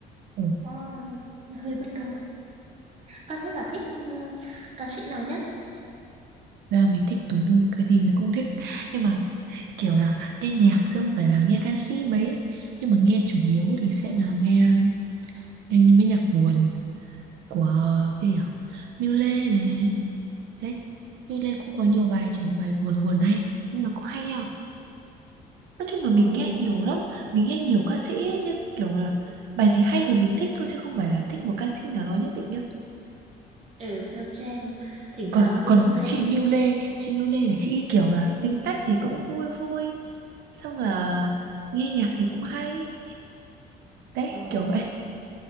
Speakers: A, on the right; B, on the right.
A: ừ.
B: Nó hơi bất công. À, thế bà thích ừ, ca sĩ nào nhất?
A: ra mình thích tùm lum cái gì mình cũng thích nhưng mà kiểu là nghe nhạc chứ không phải là nghe ca sĩ mấy ấy. nhưng mà nghe chủ yếu thì sẽ là nghe nghe những mấy nhạc buồn của cái gì nhở? Miu Lê này đấy Miu Lê cũng có nhiều
B: Ừ.
A: bài kiểu bài buồn buồn hay nhưng mà cũng hay à. Nói chung là mình
B: Ừ,
A: nghe nhiều lắm Mình nghe nhiều ca sĩ ấy, nhưng kiểu là Bài gì hay thì mình thích thôi chứ không phải là thích một ca sĩ nào đó nhất định nhá
B: ở Vietgen, thỉnh
A: Còn
B: thoảng tôi
A: còn
B: cũng hay...
A: chị Miu Lê Chị Miu Lê là chị ý kiểu là tính cách thì cũng vui vui Xong là nghe nhạc thì cũng hay Đấy
B: Ờ.
A: kiểu vậy